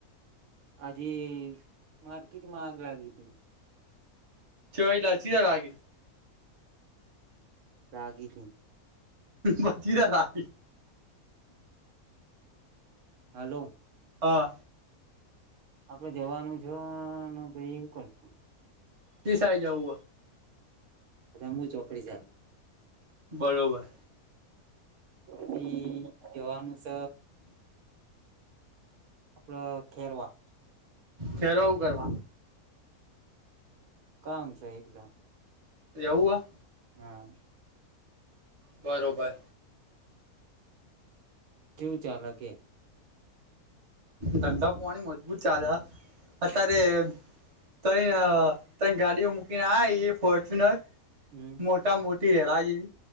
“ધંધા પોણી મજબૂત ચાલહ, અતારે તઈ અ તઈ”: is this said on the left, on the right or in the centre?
Right